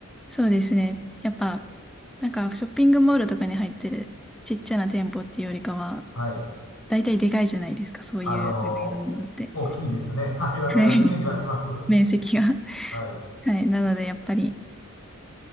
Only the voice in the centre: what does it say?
そうですね。やっぱ、なんかショッピングモールとかに入ってるちっちゃな店舗っていうよりかは、
大体でかいじゃないですか、そういう類のものって。
はい。
面積が
<laughs> はい。なので、やっぱり